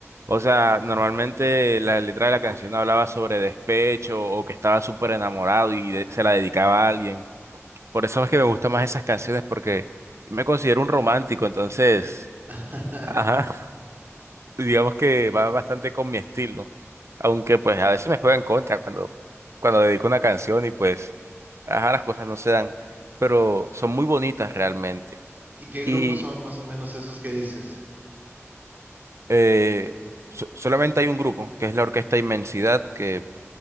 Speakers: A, on the right (about 65°); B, on the right (about 40°).
A: o sea, normalmente la letra de la canción hablaba sobre despecho o que estaba súper enamorado y de- se la dedicaba a alguien. Por eso es que me gustan más esas canciones porque me considero un romántico, entonces,
B: <laughs>
A: ajá, <laughs> digamos que va bastante con mi estilo. Aunque pues a veces me juega en contra cuando, cuando dedico una canción y pues, ajá, las cosas no se dan, pero son muy bonitas realmente.
B: ¿Y qué grupos
A: Y
B: son más o menos esos que dices?
A: eh, so- solamente hay un grupo, que es la Orquesta Inmensidad, que